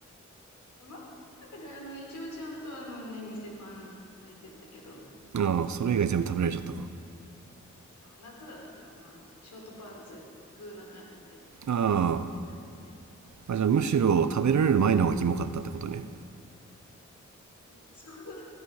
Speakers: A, on the left; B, on the right.
A: まあ、なんかねあの、一応ちゃんとあのね、店パン履いてたけど、
B: ああそれ以外全部食べられちゃったか
A: そうだ夏だったから、まあ、ショートパンツ風な感じで、
B: あ
A: 全然問題ない。
B: ああじゃあむしろ食べられる前の方がキモかったってことね
A: うん、そうだ。